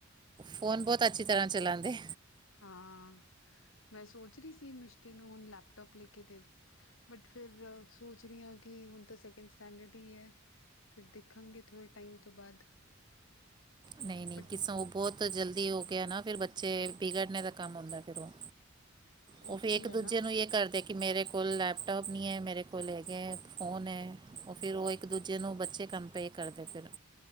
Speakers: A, on the right; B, on the left.
A: ਫੋਨ ਬਹੁਤ ਅੱਛੀ ਤਰ੍ਹਾਂ ਚਲਾਂਦੇ।
B: ਹਾਂ ਮੈਂ ਸੋਚ ਰਹੀ ਸੀ। ਮਿਸ਼ਤੀ ਨੂੰ ਲੈਪਟੋਪ ਲੈਕੇ ਦੇਦੋ ਬਟ ਫਿਰ ਸੋਚ ਰਹੀ ਆ ਕਿ ਹੁਣ ਤਾਂ ਸੈਕਿੰਡ ਸਟੈਂਡਰਡ ਹੀ ਹੈ। ਫੇਰ ਦੇਖਾਂਗੇ ਥੋੜ੍ਹੇ ਟਾਈਮ ਤੋਂ ਬਾਅਦ।
A: ਨਈ-ਨਈ
B: ਬਟ
A: ਕਿਸਾਂ ਉਹ ਬਹੁਤ ਜਲਦੀ ਹੋ ਕੇ ਨਾ ਫਿਰ ਬੱਚੇ ਵਿਗੜਨ ਦਾ ਕੰਮ ਹੁੰਦਾ। ਫਿਰ ਉਹ
B: <unintelligible>
A: ਉਹ ਫਿਰ
B: ਕੀ
A: ਇੱਕ
B: ਹੈ
A: ਦੂਜੇ
B: ਨਾ
A: ਨੂੰ ਏਹ ਕਰਦੇ। ਕਿ ਮੇਰੇ ਕੋਲ ਲੈਪਟੋਪ ਨੀ ਐ, ਮੇਰੇ ਕੋਲ ਹੈਗੇ ਫੋਨ ਐਉਹ ਫਿਰ ਉਹ ਇੱਕ ਦੂਜੇ ਨੂੰ ਬੱਚੇ ਕੰਮ ਪੇ ਕਰਦੇ ਫੇਰ